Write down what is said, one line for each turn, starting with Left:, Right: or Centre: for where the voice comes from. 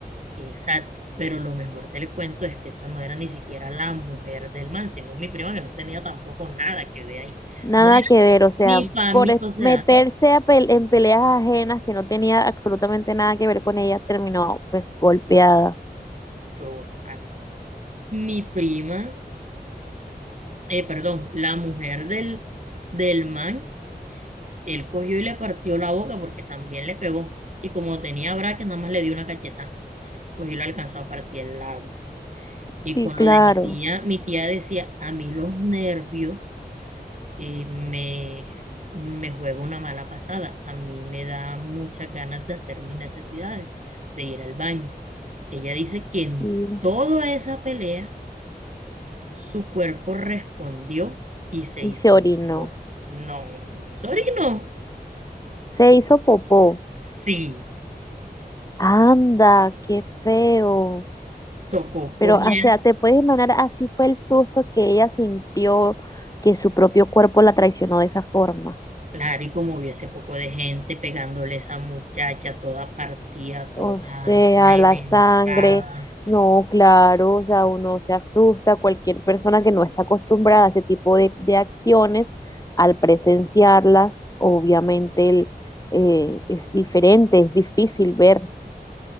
Right: Exacto, pero lo mejor del cuento es que esa no era ni siquiera la mujer del man, sino mi prima que no tenía tampoco nada que ver ahí.
Left: Nada
Right: No era
Left: que ver, o sea,
Right: ni familia,
Left: por es-
Right: o sea,
Left: meterse a pel- en peleas ajenas que no tenía absolutamente nada que ver con ella, terminó pues golpeada.
Right: total. Mi prima, eh, perdón, la mujer del, del man, él cogió y le partió la boca porque también le pegó. Y como tenía braque, nada más le dio una cachetada, Cogió y le alcanzó a partir el labio.
Left: Sí,
Right: Y con
Left: claro,
Right: lo de mi tía, mi tía decía, a mí los nervios. y me, me juego una mala pasada. A mí me da muchas ganas de hacer mis necesidades, de ir al baño. Ella dice que en
Left: y,
Right: toda esa pelea su cuerpo respondió y se
Left: y
Right: hizo
Left: se orinó.
Right: de dos. No, no se orinó.
Left: Se hizo popó.
Right: Sí,
Left: Anda, qué feo.
Right: tocó cogiera.
Left: Pero, o sea, te puedes imaginar, así fue el susto que ella sintió que su propio cuerpo la traicionó de esa forma.
Right: Claro, y como hubiese poco de gente pegándole a esa muchacha toda partida, toda
Left: O sea,
Right: reventada.
Left: la sangre, no, claro, o sea, uno se asusta, cualquier persona que no está acostumbrada a ese tipo de, de acciones, al presenciarlas, obviamente el, eh, es diferente, es difícil ver, o